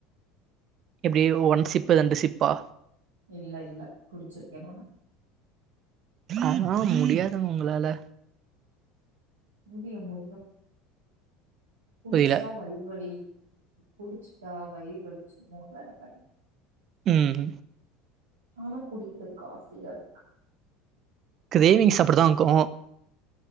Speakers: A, on the right; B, on the right.
A: எப்டி ஒன் சிப்பு ரெண்டு சிப்பா
B: இல்ல இல்ல குடிச்சிருக்கே நானு
A: ஆனா முடியாதுங்க உங்களால
B: முடியு முடியு குடிச்ட்டா
A: புரில
B: வயிறு வலி குடிச்சுட்டா வயிறு வலிச்சுருமோணு வேற பயோ
A: ம்
B: ஆனா குடிக்கிறதுக்கு ஆசையா இருக்கு
A: கிரேவிங்ஸ் அப்பிடி தாங்க்கூ